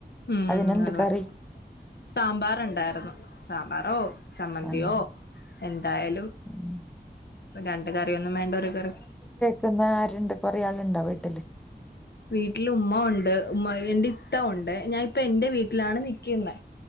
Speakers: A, on the left; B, in the centre.
A: ഉം
B: അതിനെന്ത്
A: വെളളപ്പം
B: കറി
A: സാമ്പാറ് ഇണ്ടായിരുന്നു. സാമ്പാറോ ചമ്മന്തിയോ
B: സാമ്പാർ
A: എന്തായാലും
B: ഉം.
A: രണ്ട് കറിയൊന്നും വേണ്ട ഒരു കറി.
B: പിന്നെ ആരുണ്ട് കൊറെ ആളുണ്ടോ വീട്ടില്.
A: വീട്ടില് ഉമ്മ ഉണ്ട് ഉമ്മ എന്റെ ഇത്ത ഉണ്ട് ഞാൻ ഇപ്പ എന്റെ വീട്ടിലാണ് നിക്കുനേ